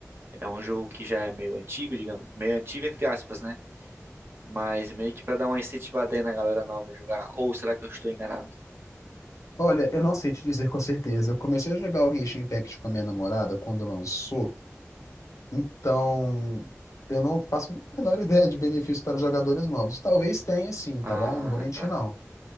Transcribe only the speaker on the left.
Olha, eu não sei te dizer com certeza. Eu comecei a jogar o Genshin Impact com a minha namorada quando lançou. Então, eu não faço a menor ideia de benefícios para jogadores novos. Talvez tenha sim, tá
bom? Não vou mentir,
não.